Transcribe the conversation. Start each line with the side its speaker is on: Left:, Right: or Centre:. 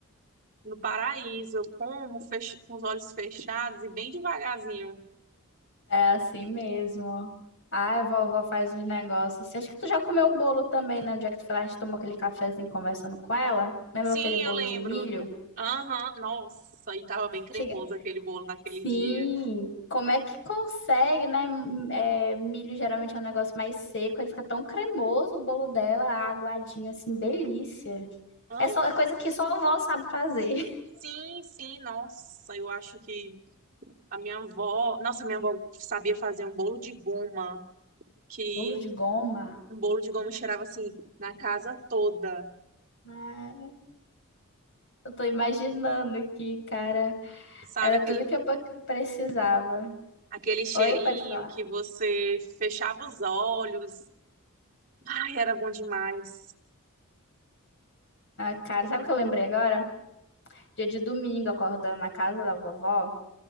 Right: no paraíso. Eu como fech- com os olhos fechados e bem devagarzinho.
Left: É assim mesmo. Ai, vovó faz uns negócios. assim. Acho que tu já comeu o bolo também, né? No dia que tu foi lá, a gente tomou aquele cafezinho conversando com ela. Lembra
Right: Sim,
Left: aquele bolo
Right: eu lembro.
Left: de milho?
Right: Aham, nossa, e tava bem cremoso
Left: Chega...
Right: aquele bolo naquele
Left: Sim,
Right: dia.
Left: como é que consegue, né? M- é, milho geralmente é um negócio mais seco, aí fica tão cremoso o bolo dela, aguadinho, assim, delícia.
Right: Aham,
Left: É só é coisa que só a vovó sabe fazer. <laughs>
Right: sim, sim, nossa, eu acho que a minha avó, nossa, minha avó sabia fazer um bolo de goma, que
Left: Bolo de goma.
Right: um bolo de goma cheirava assim na casa toda.
Left: Ai, eu tô imaginando aqui, cara.
Right: Sabe
Left: Era
Right: aquele
Left: tudo que eu pe- precisava.
Right: aquele cheirinho
Left: Oi, pode falar.
Right: que você fechava os olhos Ai, era bom demais.
Left: Ah, cara, sabe o que eu lembrei agora? Dia de domingo, acordando na casa da vovó,